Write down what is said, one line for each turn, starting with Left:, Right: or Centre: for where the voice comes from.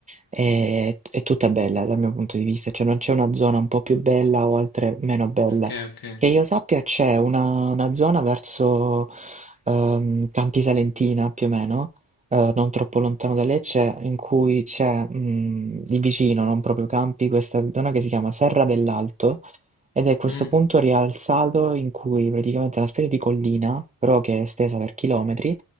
Right: ehm, t è tutta bella dal mio punto di vista, cioè non c'è una zona un po' più bella o altre meno bella.
Left: Ok, ok.
Right: Che io sappia c'è una una zona verso, ehm, Campi Salentina più o meno, ehm, non troppo lontano da Lecce, in cui c'è, mhmm, lì vicino, non proprio Campi, questa zona che si chiama Serra dell'Alto, ed è questo
Left: Mm.
Right: punto rialzato in cui praticamente è una specie di collina, però che è estesa per chilometri,